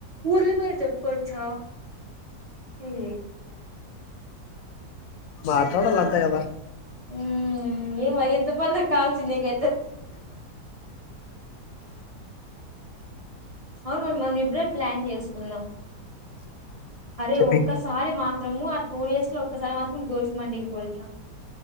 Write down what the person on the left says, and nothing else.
మాట్లాడాల అంతే కదా
చెప్పి